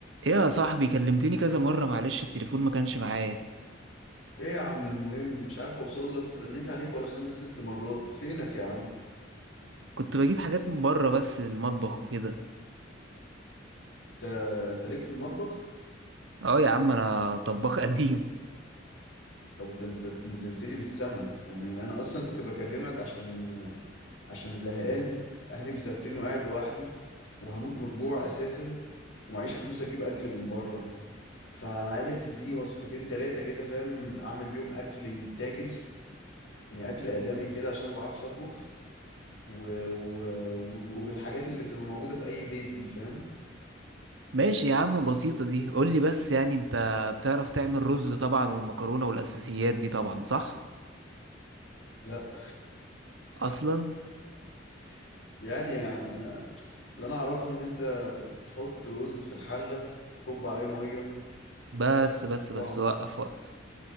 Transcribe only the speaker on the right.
ايه يا صاحبي كلمتني كذا مرة معلش التليفون ما كانش معايا
كنت بجيب حاجات من بره بس للمطبخ وكده
اه يا عم انا طباخ <laughs> قديم
ماشي يا عم بسيطة دي قولي بس يعني انت بتعرف تعمل رز طبعا والمكرونة والاساسيات دي طبعا صح
اصلا
بس بس
بس
وقف
وقف